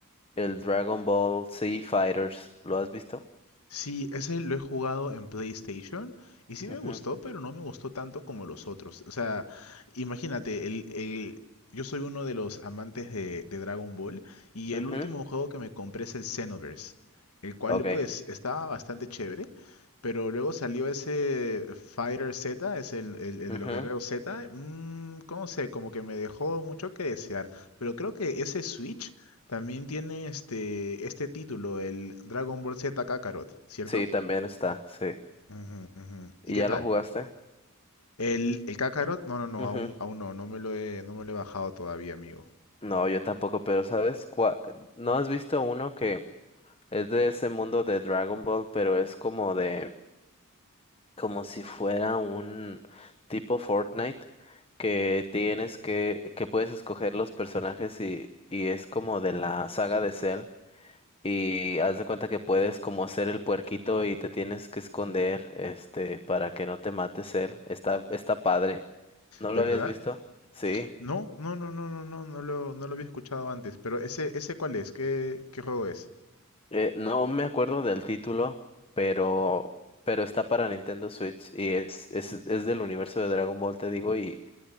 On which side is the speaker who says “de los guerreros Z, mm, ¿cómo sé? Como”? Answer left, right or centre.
Left